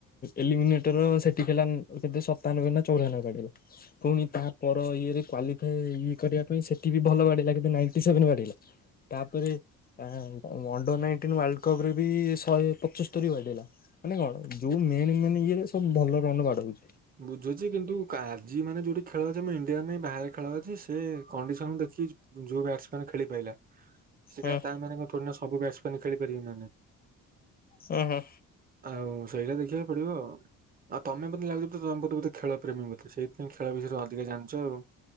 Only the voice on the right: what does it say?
ବୁଝୁଛି କିନ୍ତୁ କାଜି ମାନେ ଯୋଉଠି ଖେଳ ଅଛି ମୁଁ ଇଣ୍ଡିଆ ନ ବାହାରେ ଖେଳ ଅଛି। ସେ କଣ୍ଡିସନ ଦେଖି ଯୋଉ ବ୍ୟାଟମ ଖେଳି ପଲା ସେ
କ ତା ମାନ ସୁ ବ ପ ଖେଳିପାରିବ ନାେ
ଆଉ ସେଇଟା ଦେଖିବାକୁ ପଡିବ ଆ ଆଉ ତମେ ମୋତେ ଲାଗୁଛି ତମ ବୋେଳ ପ୍ରେମୀ ବୋେ ସେଇଥିାଇଁ ଖେଳଷରେ ଅଧିକ ଜାଣିଛ ଆଉ